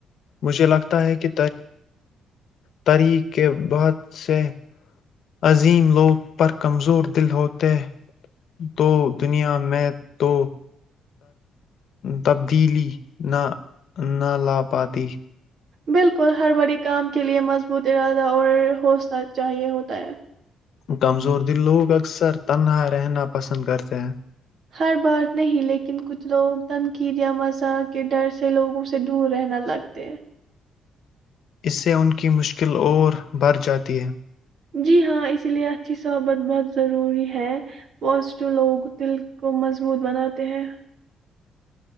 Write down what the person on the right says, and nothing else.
بالکل ہر بڑے کام کے لیے مضبوط ارادہ اور حوصلہ چاہیے ہوتا ہے
ہر بات نہیں لیکن کچھ لوگ تنقید یا مزاخ کے ڈر سے لوگوں سے دور رہنا لگتے ہیں
جی ہاں اسی لیے اچھی صحبت بہت ضروری ہے پوازٹو لوگ دل کو مضبوط بناتے ہیں